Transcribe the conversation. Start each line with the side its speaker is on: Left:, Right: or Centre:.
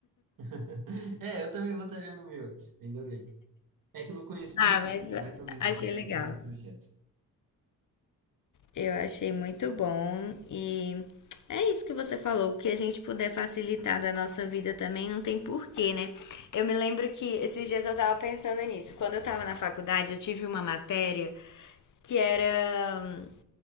Right: <laughs> É, eu também votaria no meu, ainda bem. É que eu não conheço
Left: Ah,
Right: dos outros,
Left: mas
Right: né? Vai que alguém
Left: achei
Right: tá fazendo
Left: legal.
Right: um super projeto.
Left: Eu achei muito bom e é isso que você falou, o que a gente puder facilitar da nossa vida também não tem porquê, né? Eu me lembro que esses dias eu tava pensando nisso. Quando eu tava na faculdade, eu tive uma matéria que era